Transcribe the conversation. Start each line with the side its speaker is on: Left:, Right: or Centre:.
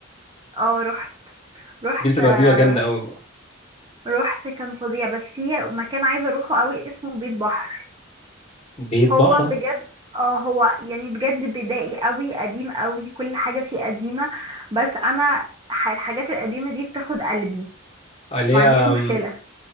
Right: اه رحت رحت
Left: دي بتبقى
Right: آه،
Left: دي بقى جامده قوي بقى
Right: رحت كان فظيع بس في مكان عايزة اروحه قوي اسمه بيت بحر
Left: بيت بحر
Right: هو بجد اه هو يعني بجد بدائي قوي قديم قوي كل حاجة فيه قديمة بس انا ح- الحاجات القديمة دي بتاخد قلبي
Left: آه، اللي
Right: ما عنديش
Left: هي
Right: مشكلة
Left: م،